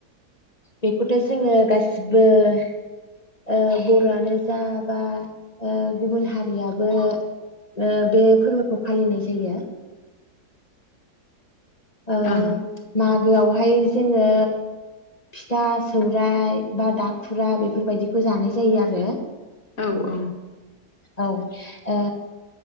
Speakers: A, on the left; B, on the left.
A: बेखौथ' जोङो गासिबो ओ बर'आनो जा बा ओ गुबुन हारियाबो ओ बे फोरबोखौ फालिनाय जायो। ओ
B: ओं
A: मा गोआवहाय जोङो फिथा सौराइ बा दाखुरा बेफोरबायदिखौ जानाय जायो आरो।
B: औ औ
A: औ ओ